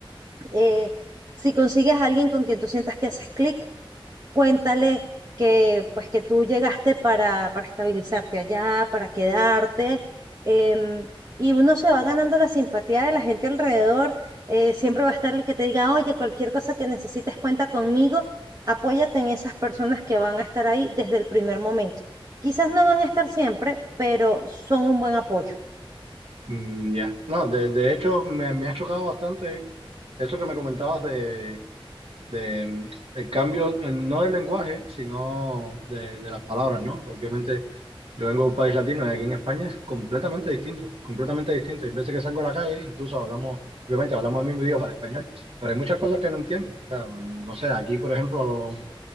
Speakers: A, on the right; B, on the right.
A: eh, si consigues a alguien con quien tú sientas que haces clic, Cuéntale que pues que tú llegaste para, para estabilizarte allá, para quedarte, em, y uno se va ganando la simpatía de la gente alrededor. eh, siempre va a estar el que te diga, oye, cualquier cosa que necesites, cuenta conmigo, apóyate en esas personas que van a estar ahí desde el primer momento. Quizás no van a estar siempre, pero son un buen apoyo.
B: Mm, ya. No, de, de hecho me, me ha chocado bastante eso que me comentabas de, de mm, el cambio, en- no del lenguaje, sino de, de las palabras, ¿no? Obviamente, yo vengo de un país latino y aquí en España es completamente distinto, completamente distinto. Hay veces que salgo a la calle, incluso hablamos, obviamente hablamos el mismo idioma, el español, pero hay muchas cosas que no entiendo. O sea, mm, no sé, aquí, por ejemplo, a los,